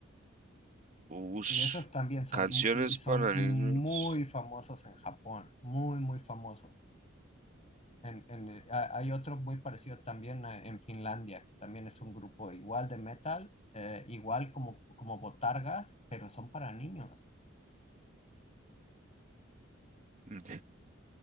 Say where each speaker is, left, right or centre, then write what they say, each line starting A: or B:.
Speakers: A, on the right (about 40°); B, on the left (about 35°).
A: Ush.
B: Y esos también son,
A: Canciones
B: y y son
A: para
B: muy
A: niños.
B: famosos en Japón, muy, muy famosos. En, en- hay otro muy parecido también eh, en Finlandia, que también es un grupo igual de metal, eh, igual como, como Botargas, pero son para niños.
A: Mm,